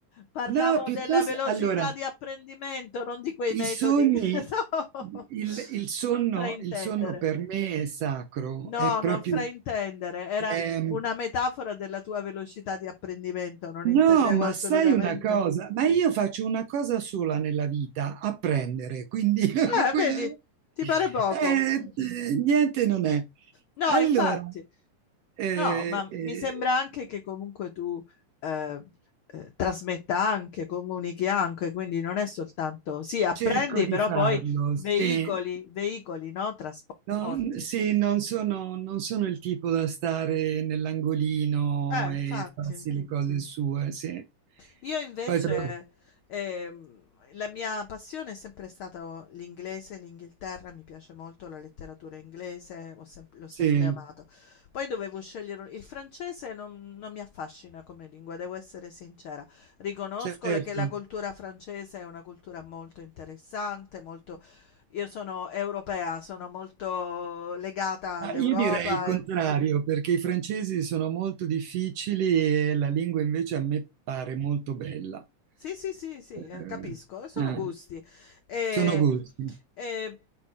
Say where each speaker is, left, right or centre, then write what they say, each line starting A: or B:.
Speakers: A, on the left; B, on the right.
A: parlavo
B: no, piuttosto,
A: della velocità
B: allora,
A: di apprendimento, non di quei
B: i
A: metodi
B: sogni,
A: che <laughs> no,
B: il, il sonno,
A: non fraintendere.
B: il sonno per me è sacro,
A: No,
B: è proprio...
A: non fraintendere, era
B: ehm,
A: una metafora della tua velocità di apprendimento, non
B: no,
A: intendevo
B: ma
A: assolutamente.
B: sai una cosa, ma io faccio una cosa sola nella vita, apprendere, quindi, <laughs>
A: Eh,
B: quindi-
A: vedi, ti pare poco.
B: eh,
A: <laughs>
B: eh, niente non è.
A: No,
B: Allora,
A: infatti,
B: eh,
A: no, ma
B: eh,
A: mi sembra anche che comunque tu eh, eh, trasmetta anche, comunichi anche, quindi non è soltanto, sì, apprendi,
B: Cerco di
A: però
B: farlo,
A: poi veicoli,
B: sì.
A: veicoli, no? Trasporti.
B: No, n- sì, non sono, non sono il tipo da stare nell'angolino
A: Eh, infatti.
B: e farsi le cose sue, sì.
A: Io invece,
B: Poi tra-
A: ehm, la mia passione è sempre stata l'inglese, l'Inghilterra, mi piace molto la letteratura inglese, ho sem- l'ho sempre
B: sì,
A: amato. Poi dovevo scegliere un- il francese, non, non mi affascina come lingua, devo essere sincera. Riconosco
B: certo.
A: le- che la cultura francese è una cultura molto interessante, molto... Io sono europea, sono molto legata all'Europa,
B: Ma io direi il contrario,
A: eh,
B: perché i francesi sono molto difficili e la lingua invece a me pare molto bella.
A: Sì, sì, sì, sì,
B: Eh,
A: eh, capisco, sono
B: eh,
A: gusti. E,
B: sono gusti.
A: e